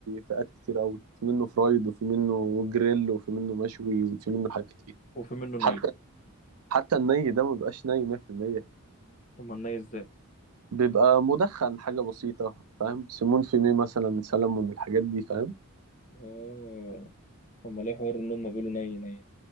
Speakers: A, on the right; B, on the left.
A: فئات كتير قوي في منه فرايد وفي منه جريل وفي منه مشوي وفي منه حاجات كتير
B: وفي منه ني
A: حتى حتى الني ده ما بيبقاش ني 100%
B: امال ني ازاي
A: بيبقى مدخن حاجة بسيطة فاهم سمون في ميه مثلا سلمون الحاجات دي فاهم
B: اه امال ايه حوار ان هم بيقولوا ني ني